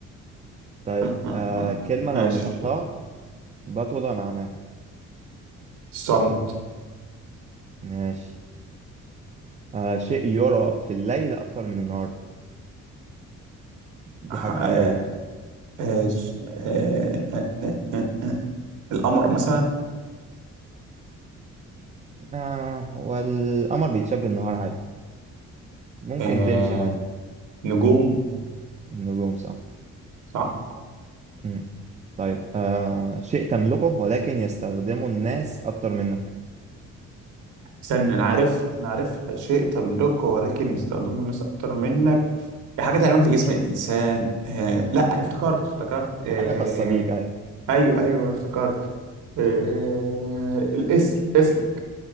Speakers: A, on the right; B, on the right.
A: طيب
B: آه، آه،
A: آه
B: آه.
A: كلمة
B: ماشي
A: لو نطقتها بطل معناها
B: الصمت
A: ماشي آه شيء يرى في الليل أكتر من النهار دي
B: آه،
A: حاجة
B: آه،
A: حقيقية يعني
B: آه، آه، آه، آه. آه، آه. القمر مثلا
A: آه والقمر بيتشاب النهار عادي ممكن
B: آه،
A: تمشي عادي
B: نجوم
A: النجوم صح
B: صح
A: مم. طيب آه شيء تملكه ولكن يستخدمه الناس أكتر منك
B: استنى انا عارف انا عارف شيء تملكه ولكن يستخدمه الناس اكتر منك دي حاجه تقريبا في جسم الانسان آه... لا افتكرت افتكرت آه...
A: هي حاجة خاصة بيك أي
B: ايوه ايوه افتكرت آه... الاسم اسم